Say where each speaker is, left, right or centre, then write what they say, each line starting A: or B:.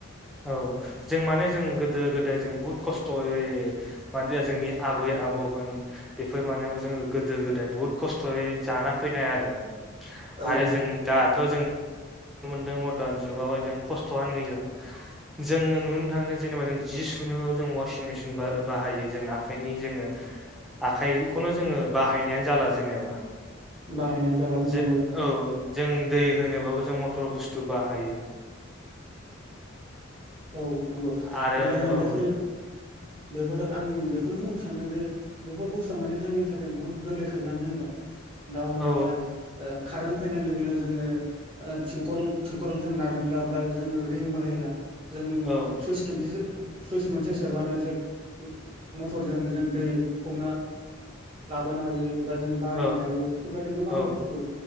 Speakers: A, in the centre; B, on the right (about 30°).
A: औ जों माने जों गोदो गोदाय जों बुहुत खस्थ'यै माने जोंनि आबै आबौ अ होन बेफोर मानायावबोजोंखो गोदो गोदाय बुहुत खस्थ'यै जाना फैनाय आरो।
B: औ
A: आरो
B: औ
A: जों दाथ' जों नुनो मोनदों मरडान जुगावहाय जों खस्थ'आनो गैला जोङो नुनो थांदों जेनेबा जों जि सुनो जों अवासिं मेसिन बाहायो जों आखाइनि जोङो आखाइखौनो जोङो बाहायनायानो जाला जेनेबा
B: बाहायनाय जाला
A: जो
B: नंगौ
A: औ। जों दै होनोबाबो जों मटर बुस्थु बाहायो।
B: औ नंगौ
A: आरो
B: माने
A: औ
B: बेफोरो
A: <inaudible>
B: बेफोरथ' आं बेखौनो बुंनो सानोदि बेफोर बुस्थुआ माने जोंनि थाखाय बहुत गोरलै खालामनानै होबाय। दा हमना
A: औ
B: ला ओ कारेन्ट फैनाय लोगो लोगो जोङो ओ सिंखल थिंखल जों नादोंब्ला बा जोङो रिं बाहायला जों
A: औ
B: सुइस केमसे सो सुइस मोनसे सोरबानो जे मटरजों जों दै हमना लाबोनो हायो बा जों बाहायनो
A: औ
B: हायो बेफोरबायदि गोबां
A: औ
B: बुस्थु